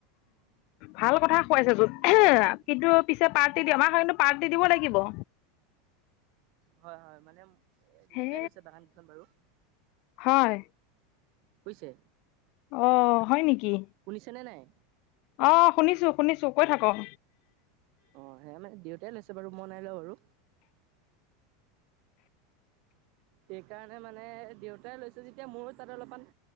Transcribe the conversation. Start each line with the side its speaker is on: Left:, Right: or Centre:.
Left: ভাল কথা খুৱাইছেচোন
Right: হয় হয়
Left: কিন্তু পিছে পাৰ্টি দিয়া হয় <unintelligible> পাৰ্টি দিব লাগিব।
Right: হয় হয়, মানে দেউতাই
Left: হে
Right: লৈছে বাগানকেইখন বাৰু।
Left: হয়।
Right: বুজিছে?
Left: অ', হয় নেকি?
Right: শুনিছেনে নাই?
Left: অ' শুনিছোঁ, শুনিছোঁ, কৈ থাকক।
Right: অ' সেয়া মানে দেউতাই লৈছে বাৰু, মই নাই লোৱা বাৰু। সেই কাৰণে মানে দেউতাই লৈছে যেতিয়া মইও তাত অলপমান